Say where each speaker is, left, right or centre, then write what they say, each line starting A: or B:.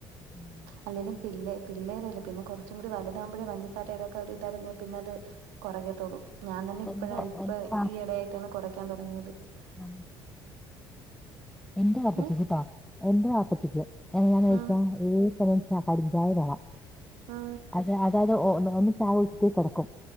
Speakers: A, in the centre; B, on the right.
A: ഉം
B: അല്ലേലും പിള്ളേ പിള്ളേരെല്ലേ. പിന്നെ കുറച്ചു കൂടി വലുതാമ്പഴേ പഞ്ചസാരയുടെക്കെയിതറിഞ്ഞേ പിന്നെ അത്. കൊറയ്ക്കത്തൊള്ളൂ. ഞാൻ തന്നെ ഇപ്പഴാ
A: എന്റെ
B: ഇപ്പ
A: എന്റെ വാപ്പച്ചി
B: ഇയിടെയായിട്ടാണ് കൊറയ്ക്കാൻ തൊടങ്ങിയത്.
A: <inaudible> എന്റെ ആപ്പച്ചിക്ക്
B: ഏ
A: കേട്ടോ. എന്റെ ആപ്പച്ചിക്ക്. എങ്ങനാന്ന് വെച്ചാ
B: ആ
A: ഈ സമയം ച കടുംചായ വേണം
B: ആ
A: അത്, അതാത് ഓ ഒന്ന് ചാകും. പോയ് കെടക്കും.